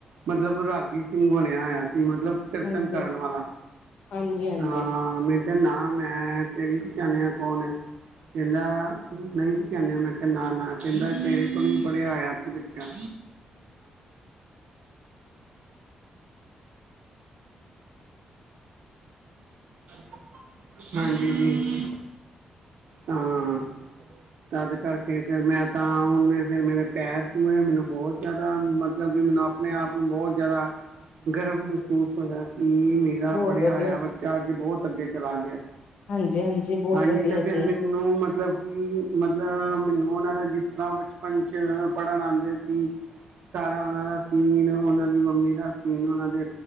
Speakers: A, on the right (about 75°); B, on the left (about 70°).
A: ਮਤਲਬ ਰਾਗੀ ਸਿੰਘ ਬਣਿਆ ਹੋਇਆ ਸੀ ਮਤਲਬ ਕੀਰਤਨ
B: ਹਾਂਜੀ
A: ਕਰਨ ਵਾਲਾ
B: ਹਾਂਜੀ ਹਾਂਜੀ
A: ਅ ਮੈ ਨਾ ਮੈਂ ਤੇ ਨੀ ਪਛਾਣਿਆ ਕੌਣ ਏ। ਕਹਿੰਦਾ ਤੂੰ ਨਹੀਂ ਪਹਿਚਾਣਿਆ ਮੈਂ ਕਿਹਾ ਨਾ ਨਾ ਕਹਿੰਦਾ ਤੇਰੇ ਕੋਲ ਹੀ ਪੜਿਆ ਹੋਯਾ ਸੀ ਬੱਚਾ। <unintelligible> ਹਾਂ। <unintelligible> ਹਾਂਜੀ <unintelligible> ਜੀ ਤਾਂ ਤਦ ਕਰਕੇ। ਫੇਰ ਮੈਂ ਤਾਂ ਹੁਣ ਫੇਰ ਮੇਰੇ ਪੈਰ ਛੁਏ ਮੈਨੂੰ ਬਹੁਤ ਜ਼ਿਆਦਾ ਮਤਲਬ ਕਿ ਮੈਨੂੰ ਆਪਣੇ ਆਪ ਨੂੰ ਬਹੁਤ ਜ਼ਿਆਦਾ ਗਰਵ ਮਹਿਸੂਸ ਹੋਇਆ ਕਿ ਮੇਰਾ
B: ਬਹੁਤ
A: ਪੜ੍ਹਿਆ
B: ਵਧੀਆ
A: ਹੋਇਆ ਬੱਚਾ ਅੱਜ ਬਹੁਤ ਅੱਗੇ ਚਲਾ ਗਿਆ।
B: ਹਾਂਜੀ ਬਹੁਤ
A: ਹਾਂਜੀ
B: ਵਧੀਆ
A: ਤੇ ਫੇਰ
B: ਜੀ
A: ਮੈਨੂੰ ਮਤ ਮਤਲਬ ਕਿ ਮਤਲਬ ਮੈਨੂੰ ਉਹਨਾਂ ਦਾ ਜਿਸ ਤਰ੍ਹਾਂ ਉਹ ਬਚਪਨ 'ਚ ਪੜ੍ਹਨ ਆਉਂਦੇ <unintelligible> ਸਾਰਾ ਉਹਨਾਂ ਦਾ ਸੀਨ ਉਹਨਾਂ ਦੀ ਮੰਮੀ ਦਾ ਸੀਨ ਉਹਨਾਂ ਦੇ